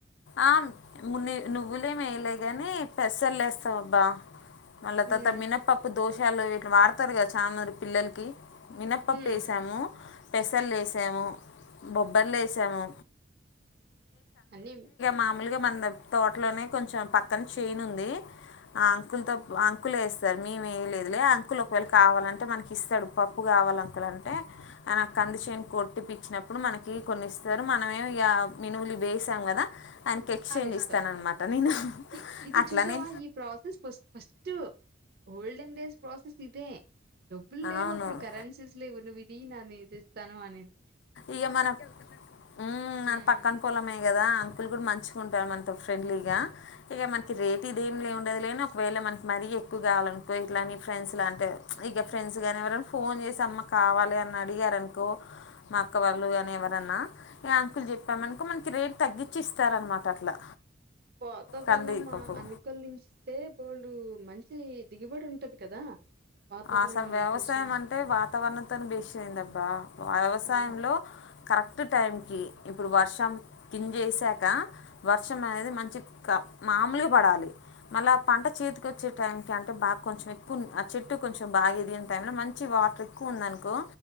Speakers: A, on the left (about 65°); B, on the right (about 50°).
A: ఆ మున్నె నువ్వులే మేలే గాని పెసలేస్తావబ్బా మళ్ళ
B: హ్మ్
A: తత మీన పప్పు దోష్ విషయాల్లో వీట్లు వాడతారు కదా చాలాన్నారు పిల్లలకి మినప్పప్పేసాము
B: హ్మ్
A: పెసలేసాము బొబ్బర్లేసాము
B: అన్నీ
A: మామూలుగా మన తోటలోనే కొంచెం పక్కన చేనుంది ఆ అంకుల్తో అంకుల్ వేసారు మేమేయలేదులే అంకుల్ ఒకవేళ కావాలంటే మనకి ఇస్తాడు పప్పు కావాలి అంకుల్ అంటే ఆయన కంది చేను కొట్టిపిచ్చినప్పుడు మనకి కొన్ని ఇస్తారు మనమే ఇగ మినుములు వేసాం కదా ఆయనకి ఎక్స్చేంజ్
B: అవిస్తాం
A: ఇస్తానన్నమాట నేను
B: ఇ ఇది
A: అట్లనే
B: చూసావా ఈ process first first olden days process ఇదే డబ్బులు లేవు
A: అవును
B: అప్పుడు కరెన్సీస్ లేవు నువ్వు తీననేది ఇస్తాను అనేది
A: ఇగ మన ఊ మన
B: హ్మ్
A: పక్కన పొలమే కదా అంకుల్ కూడా మంచి కుంటారు మనతో ఫ్రెండ్లీగా ఇక మనకి రేట్ ఇదేం లే ఉండదు లేని ఒకవేళ మనకి మరీ ఎక్కువ కావాలనుకో ఇట్లాని ఫ్రెండ్స్ లాంటే ఇక ఫ్రెండ్స్ కానీ ఎవరైన ఫోన్ చేసి అమ్మ కావాలి అని అడిగారునుకో మా అక్క వాళ్ళు కాని ఎవరన్నా ఆ అంకులు చెప్పామనుకో మనకి రేట్ తగ్గించి ఇస్తారనమాట అట్లా
B: వాతావరణం
A: కందిపప్పు
B: అనుకూలిస్తే బోల్డు మంచి చి దిగుబడి ఉంటది కదా వాతావరణం
A: అసలు
B: అనుకూలించిన
A: వ్యవసాయం అంటే వాతావరణంతోనే బేస్ అయిందబ్బా వ్యవసాయంలో
B: ఆ
A: కరెక్ట్ టైంకి ఇప్పుడు వర్షం కింజేసాక వర్షం అనేది మంచిక మాములుగా పడాలి మళ్ళ పంట చేతికి వచ్చే టైం కంటే బా కొంచెం ఎక్కువ చెట్ చుట్టు కొంచెం బాగా ఎదిగిన టైంలో మంచి వాటర్ ఎక్కువ ఉందినుకో